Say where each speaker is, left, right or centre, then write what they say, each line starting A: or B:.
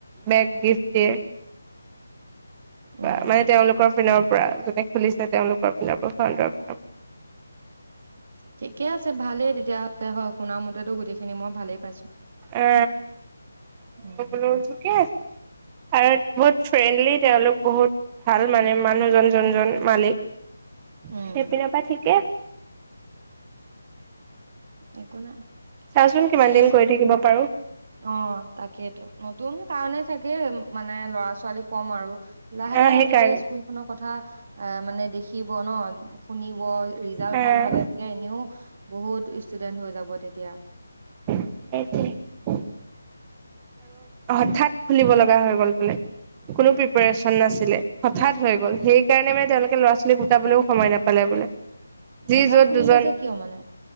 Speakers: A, on the right; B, on the right.
A: বেগ গিফ্ট দিয়ে।
B: উম
A: বা মানে তেওঁলোকৰ পিনৰ <unintelligible> যোনে খুলিছে তেওঁলোকৰ <unintelligible> সৰ প
B: ঠিকে আছে ভালেই তেতিয়া হ'লে হয়, শুনা মতেতো গোটেই খিনি মই ভালেই পাইছো।
A: এ মই
B: উম
A: বোলো ঠিকে আছে। আৰু বহুত ফ্ৰেণ্ডলি তেওঁলোক বহুত ভাল মানে মানুহজন যোনজন মালিক সেই
B: উম
A: পিনৰ পৰা ঠিকে।
B: একো নাই।
A: চাওচোন
B: <unintelligible>
A: কিমান দিন কৰি থাকিব পাৰো
B: অ তাকেইতো নতুন কাৰনে চাগে মানে লৰা ছোৱালী কম আৰু লাহে
A: আহ
B: লাহে
A: সেইকাৰণে
B: যেতিয়া স্কুল খনৰ কথা এ মানে দেখি। ব ন <inaudible> শুনিব ৰিজাল্ট
A: আহ
B: ভাল হলে তেতিয়া এনেও। বহুত <inaudible> ষ্টুডেণ্ট হৈ যাব তেতিয়া,
A: আছ <inaudible> হঠাৎ খুলিব লগা হৈ গল বোলে কোনো প্ৰিপচন নাছিলে হঠাত। হৈ গ'ল সেইকাৰণে মান তে। ল'ৰা-ছোৱালী গোটাবলৈও সময় নাপালে বোলে। যি
B: হঠাৎ
A: যত
B: খুলিলে
A: দুজন
B: যে কিয় মানে